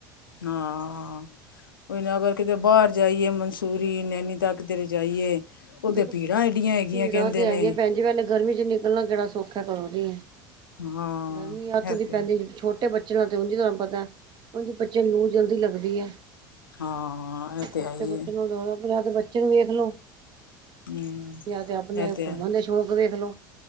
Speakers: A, on the left (about 85°); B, on the right (about 40°).
A: ਹਾਂ ਉਹੀ ਨ ਅਗਰ ਕਿਤੇ ਬਾਹਰਿ ਜਾਈਏ ਮੰਸੂਰੀ, ਨੈਨੀਤਾਲ ਕਿਧਰੇ ਜਾਈਏ ਉਹਦੇ
B: ਦੇਖੋ
A: ਭੀੜਾਂ
B: ਭੀੜਾ
A: ਐਡੀਆਂ ਹੈਗੀਆਂ ਕਹਿੰਦੇ
B: ਤੇ
A: ਨੇ
B: ਹੇਗੀਆਂ ਭੈਣ ਜੀ, ਪਹਲੇ ਗਰਮੀ ਚ ਨਿਕਲਣਾ ਕੇਹੜਾ ਸੋਖਾ <unintelligible> ਘਰੋ ਦੀ।
A: ਹਾਂ
B: ਗਰਮੀ ਅੱਤ
A: ਇਹ
B: ਦੀ
A: ਤੇ
B: ਪੈਂਦੀ, ਛੋਟੇ ਬੱਚੇ ਨਾਲ ਤੇ ੳਂੰਜ ਈ ਤੁਹਾਨੂੰ ਪਤਾ ਹਂਜੀ ਬੱਚਿਆਂ ਨੂੰ ਲੂ ਜਲਦੀ ਲੱਗਦੀ ਏ।
A: ਹਾਂ ਇਹ
B: ਛੋਟੇ
A: ਤੇ ਹੈ ਹੀ
B: ਬੱਚੇ
A: ਹੈ
B: ਨਾਲ ਜਾਨਾ, ਫੇਰ ਯਾਂ ਤੇ ਬੱਚੇ ਨੂੰ ਵੇਖ ਲੋ
A: ਹਮ
B: ਜਾਂ ਤੇ ਅਪਣੇ
A: ਇਹ
B: ਘੁੰਮਣ
A: ਹੈ
B: ਦੇ ਸ਼ੌਕ ਵੇਖ ਲੋ।